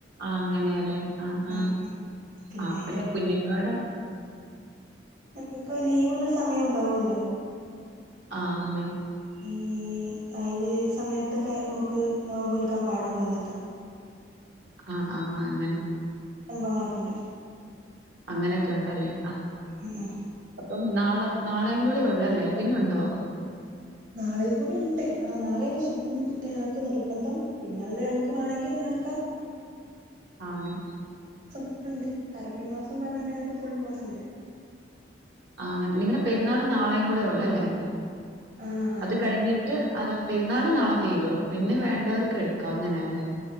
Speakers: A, on the right; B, on the right.
A: ആ അങ്ങനെയല്ലേ ആഹ
B: ഉം
A: ആ
B: പിന്നെ
A: ആ
B: അയിന്റെ
A: പ കുഞ്ഞുങ്ങളോടെ
B: ഞങ്ങക്ക് ലീവ് ഉള്ള സമയം ഉണ്ടാവല്ലോ
A: ആഹ അങ്ങനെ
B: ഈ അയില് സമയത്തൊക്കെ നമുക്ക് നോമ്പൽക്കാൻ പാടുള്ളതല്ല
A: ആഹ ആഹ അങ്ങനെ
B: സംഭവങ്ങളൊക്കെ ഉണ്ട്
A: അങ്ങനൊക്കെ ഉണ്ടല്ലേ ആഹ
B: ഉം ഉം
A: അപ്പൊ നാള നാളെയും കൂടെ ഉള്ളല്ലേ പിന്നുണ്ടോ
B: നാളെയും കൂടി ഉണ്ട് ആ നാളെ ഇഞക്ക് നിർബന്ധം പിന്നെുള്ള നമുക്ക് വേണമെങ്കിൽ നോൽക്കാം
A: ആണ്
B: ഫുൾണ്ട് അറബി മാസം പറഞ്ഞാണ്ട് ഫുൾ മാസം ഉണ്ട്
A: ആ അങ്ങനെ നിങ്ങളടെ പെരുന്നാളും നാളെയും കൂടെ ഉള്ളല്ലേ
B: ആ ആ
A: അത് കഴിഞ്ഞിട്ട് അത് പെരുന്നാൾ നാളെ തീരുവോ പിന്നെ വേണ്ടവർക്ക് എടുക്കാ അങ്ങനെയല്ലേ